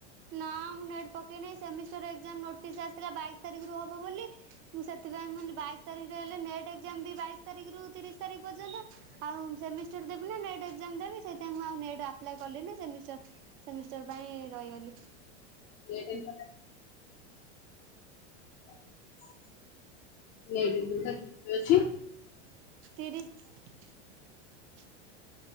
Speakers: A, on the right (about 35°); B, on the left (about 35°).
A: ନା ମୁଁ ନେଟ୍ ପକେଇନାହିଁ ସେମିଷ୍ଟରା ଏକ୍ସାମ୍ ନୋଟିସ୍ ଆସଥିଲା ବାଇଶ ତାରିଖ ରୁ ହବ। ହବ ବୋଲି ମୁଁ ସେଥିପାଇଁ ବାଇଶ ତାରିଖରେ ହେଲେ ନେଟ୍ ଏକ୍ଜାମ ବି ବାଇଶ ତାରିଖରୁ ତିରିଶ ତାରିଖ ପର୍ଯ୍ୟନ୍ତ। ଆଉ ସେମିଷ୍ଟାର ଦେବି ନେଟ ଏକ୍ସମ୍ ଦେବୀ ସେଥି ସେଥିାଇଁ ମୁଁ ଆଉ ନେଟ୍ ଆପ୍ଲାଏ କଲି ନା ସେମିଷ୍ଟର ସେମିଷ୍ଟର ପାଇଁ ରହିଗଲି।
B: ନେଟ ଏକ୍ସାମ୍ <inaudible>
A: ତିରିଶ। <inaudible>